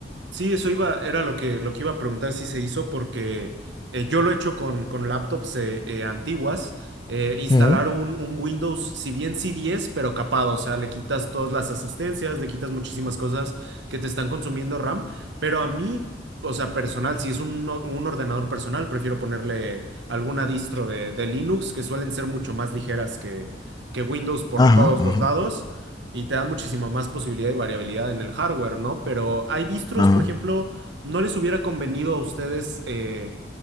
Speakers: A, on the right; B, on the left.
A: Sí, eso iba, era lo que, lo que iba a preguntar si se hizo, porque eh, yo lo he hecho con, con laptops eh, eh, antiguas. eh, instalar
B: Ujú.
A: un, un Windows, si bien sí 10 pero capado, o sea, le quitas todas las asistencias, le quitas muchísimas cosas que te están consumiendo RAM, pero a mí, o sea, personal, si es un, o- un ordenador personal, prefiero ponerle alguna distro de, de Linux, que suelen ser mucho más ligeras que, que Windows por
B: Ajá,
A: todos
B: ajá,
A: los lados. Y te da muchísima más posibilidad y variabilidad en el hardware, ¿no? Pero hay distros,
B: ajá.
A: por ejemplo, no les hubiera convenido a ustedes, eh,